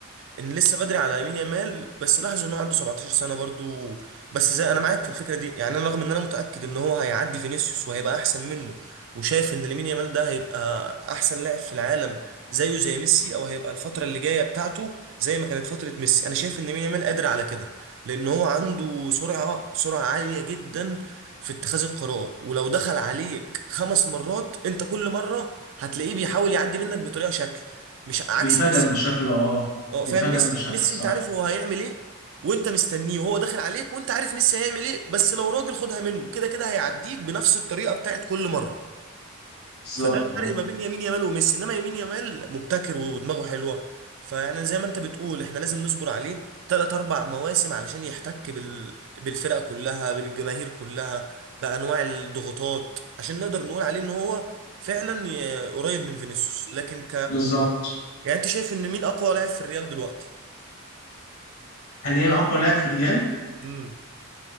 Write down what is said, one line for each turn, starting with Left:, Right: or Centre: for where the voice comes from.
Right: ان لسه بدري على يمين يامال بس لاحظ ان هو عنده 17 سنه برضو بس زي انا معاك في الفكره دي يعني انا رغم ان انا متاكد ان هو هيعدي فينيسيوس وهيبقى احسن منه وشايف ان لامين يامال ده هيبقى احسن لاعب في العالم زيه زي ميسي او هيبقى الفتره اللي جايه بتاعته زي ما كانت فتره ميسي انا شايف ان لامين يامال قادر على كده لان هو عنده سرعه سرعه عاليه جدا في اتخاذ القرار ولو دخل عليك خمس مرات انت كل مره هتلاقيه بيحاول يعدي منك بطريقه شكل مش عكس
Left: بيفاجئك
Right: ميسي
Left: بشكل أه
Right: اه
Left: بيفاجئك
Right: فاهم ميسي
Left: بشكل
Right: ميسي
Left: صح
Right: انت عارف هو هيعمل ايه وانت مستنيه وهو داخل عليك وانت عارف ميسي هيعمل ايه بس لو راجل خدها منه كده كده هيعديك بنفس الطريقه بتاعت كل مره
Left: بالظبط
Right: فده الفرق
Left: أه
Right: ما بين يمين يامال وميسي انما يمين يامال مبتكر ودماغه حلوه فيعني زي ما انت بتقول احنا لازم نصبر عليه تلات اربع مواسم علشان يحتك بال... بالفرقه كلها بالجماهير كلها بانواع الضغوطات عشان نقدر نقول عليه ان هو فعلا ي- قريب من فينيسيوس لكن
Left: بالظبط
Right: يعني انت شايف ان مين اقوى لاعب في الريال دلوقتي
Left: حاليا أقوى لاعب في ريال
Right: امم